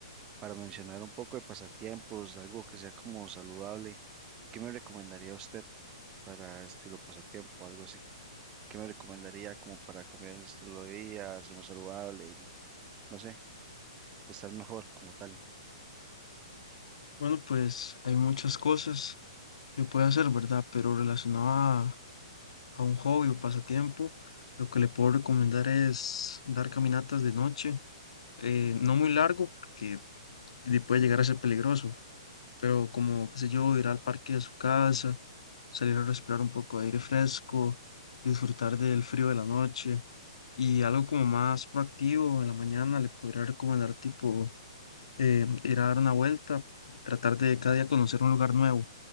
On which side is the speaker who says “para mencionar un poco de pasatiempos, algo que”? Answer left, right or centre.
Right